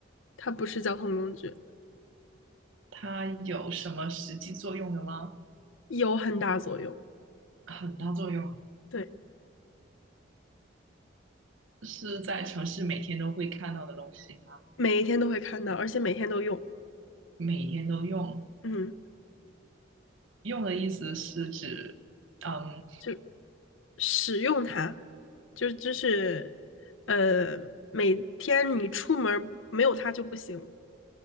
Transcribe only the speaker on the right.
它有什么实际作用的吗？
很大作用，
是在城市每天都会看到的东西吗？
每天都用，
用的意思是指，嗯，